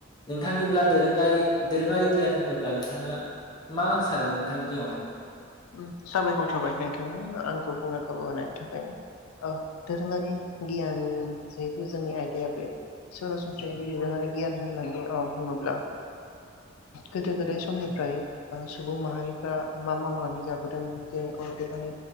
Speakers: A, on the left; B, on the left.
A: नोंथांनिब्ला दोरोंगारि दोरोङारि गियान होनोब्ला नोंथाङा मा सानो नोंथांनियावहाय?
B: उम साबायखर थाबाय नोंथाङा आंखौ बुंनो खाबु होनायनि थाखाय ओ दोरोङारि गियान जिहेथु जोंनि आयदाया बे सरासनस्रायै बे दोरोङारि गियान होननानै अ बुङोब्ला गोदो गोदाय समनिफ्राय ओ सुबुं माहारिफ्रा मा मावनानै जाबोदों अदेबानि